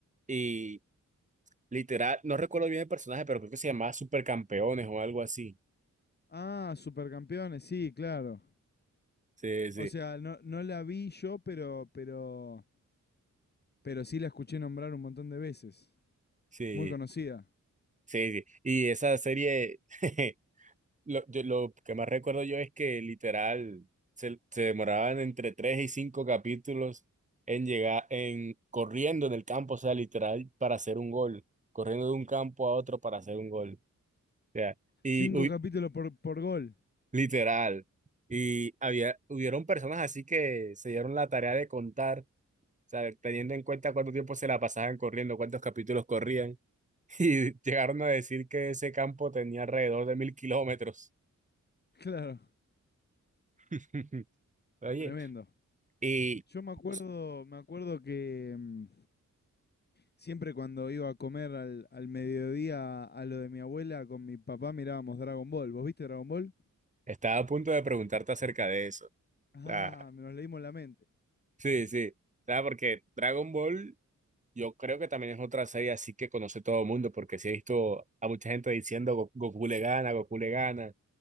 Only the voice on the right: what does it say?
Y literal, no recuerdo bien el personaje, pero creo que se llamaba Supercampeones o algo así.
Sí, sí,
sí,
sí, sí. Y esa serie <laughs> Lo, yo- lo que más recuerdo yo es que literal se, se demoraban entre tres y cinco capítulos en llegar, en corriendo en el campo, o sea, literal para hacer un gol, corriendo de un campo a otro para hacer un gol, o sea, y
uy,
literal. Y había, hubieron personas así que se dieron la tarea de contar, o sea, teniendo en cuenta cuánto tiempo se la pasaban corriendo, cuántos capítulos corrían, <laughs> y llegaron a decir que ese campo tenía alrededor de mil kilómetros.
<laughs> Oye.
Y
pues,
estaba a punto de preguntarte acerca de eso. O
sea,
sí, sí. O sea, porque Dragon Ball, yo creo que también es otra serie así que conoce todo el mundo, porque sí he visto a mucha gente diciendo "Go- Goku le gana, Goku le gana,